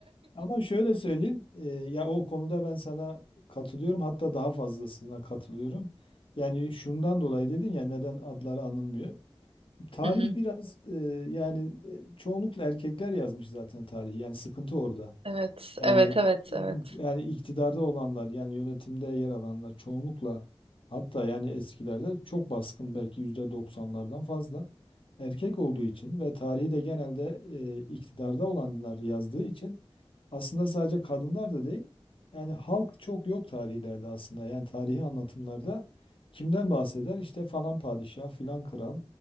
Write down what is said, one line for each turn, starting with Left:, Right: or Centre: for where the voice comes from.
Left: Ama şöyle söyleyeyim, e, ya o konuda ben sana katılıyorum. Hatta daha fazlasına katılıyorum. Yani şundan dolayı dedin ya neden adları anılmıyor. Tarih
Right: Hı hı.
Left: biraz e, yani e, çoğunlukla erkekler yazmış zaten tarihi. Yani sıkıntı orada.
Right: Evet,
Left: Yani
Right: evet, evet, evet.
Left: yani iktidarda olanlar yani yönetimde yer alanlar çoğunlukla hatta yani eskilerde çok baskın belki yüzde doksanlardan fazla erkek olduğu için ve tarihi de genelde e, iktidarda olanlar yazdığı için aslında sadece kadınlar da değil yani halk çok yok tarihlerde aslında yani tarihi anlatımlarda kimden bahseder işte falan padişah filan kral